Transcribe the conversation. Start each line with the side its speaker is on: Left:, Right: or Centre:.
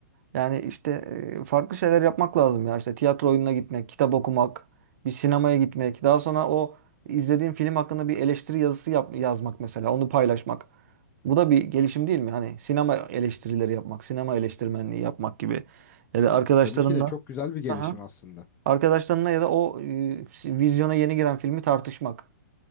Right: Yani işte e, farklı şeyler yapmak lazım ya. İşte tiyatro oyununa gitmek, kitap okumak, bir sinemaya gitmek. Daha sonra o izlediğin film hakkında bir eleştiri yazısı yap- yazmak mesela, onu paylaşmak. Bu da bir gelişim değil mi? Hani sinema eleştirileri yapmak, sinema eleştirmenliği yapmak gibi. Ya da arkadaşlarınla,
Left: Tabii ki de çok güzel bir gelişim
Right: Aha.
Left: aslında.
Right: arkadaşlarınla ya da o e, vizyona yeni giren filmi tartışmak.